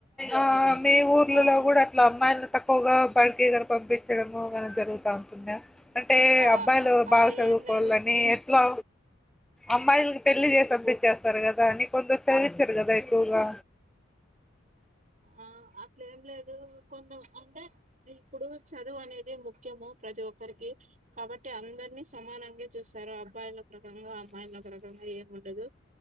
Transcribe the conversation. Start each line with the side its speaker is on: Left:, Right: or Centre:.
Centre: అఆ మీ ఊర్లలలో
Right: అవును
Centre: కూడా అట్ల అమ్మాయిలని తక్ పొగా బటిలకు పంపించడము గానీ జరుగుతా ఉంటుందా అంటే
Right: ఆ
Centre: అబ్బాయిలు
Right: అలా
Centre: బాగా చదువుకోవాలని
Right: ఏం లేదు
Centre: ఎట్లా అమ్మాయిలకి పెళ్లి చేసి అంపించేస్త సరెకదా అని కొందరు సదివిచ్చారు కదా ఎక్కువుగా
Right: ఆ అట్లే ఏం లేదు కొందం అంటే న ఇప్పుడు చదువు అనేది ముఖ్యము ప్రతి ఒక్క రికి కాబట్టి అందరినీ సమానంగా చూస్తారు అబ్బాయిలు ఒక రకంగా అమ్మాయిలు ఒక రకంగా ఏమి ఉండదు.